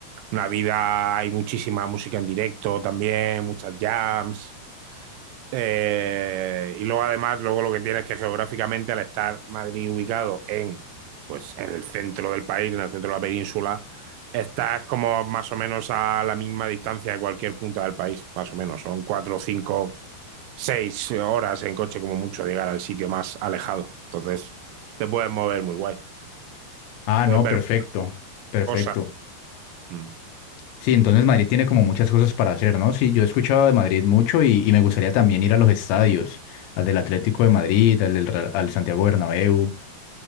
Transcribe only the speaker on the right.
Una vida, hay muchísima música en directo también, muchas jams. Eh, y luego además, luego lo que tiene es que geográficamente al estar Madrid ubicado en, pues, en el centro del país, en el centro de la península, estás como más o menos a la misma distancia de cualquier punta del país, más o menos. Son cuatro, cinco, seis horas en coche como mucho llegar al sitio más alejado. Entonces, te puedes mover muy guay,
puedes
ver
cosas. Mm,